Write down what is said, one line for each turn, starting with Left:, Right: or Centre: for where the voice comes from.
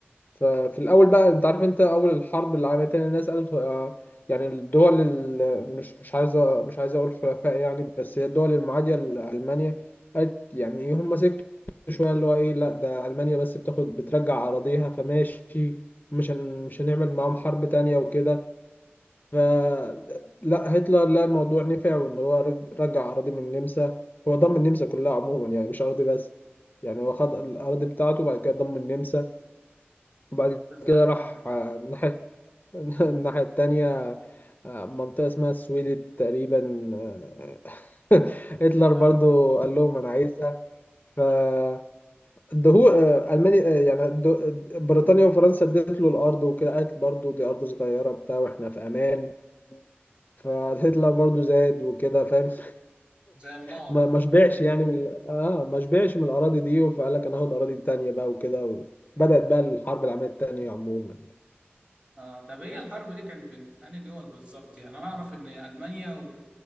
Left: ففي الأول بقى أنت عارف أنت أول الحرب العالمية التانية الناس قالت آه، يعني الدول ال- مش مش عايزة مش عايز أقول حلفاء يعني بس هي الدول المعادية لألمانيا قالت يعني إيه هم سكتوا شوية اللي هو إيه لا ده ألمانيا بس بتاخد بترجع أراضيها فماشي مش هن مش هنعمل معاهم حرب تانية وكده فلا هتلر لا الموضوع نفع وإن هو رج- رجع أراضي من النمسا هو ضم النمسا كلها عموما يعني مش أراضي بس يعني هو خد الأراضي بتاعته وبعد كده ضم النمسا وبعد
Right: بالظبط
Left: كده راح
Right: اه
Left: آه، الناحية <laughs> الناحية التانية آه، منطقة اسمها السويد تقريبا آه، <laughs> هتلر
Right: آه.
Left: برضو قال لهم أنا عايزها فدهو آه، ألمانيا آه، يعني د- بريطانيا وفرنسا ادت له الأرض وكده قالت برضو دي أرض صغيرة بتاع وإحنا في أمان فهتلر برضو زاد وكده فاهم <laughs>
Right: زي النار
Left: ما ما شبعش يعني من ال- اه ما شبعش من الأراضي دي فقال لك أنا هاخد أراضي تانية بقى وكده وبدأت بقى الحرب العالمية التانية عموما يعني
Right: آه. طب هي الحرب دي كانت بين أنهي دول بالظبط يعني أنا أعرف إن ألمانيا و...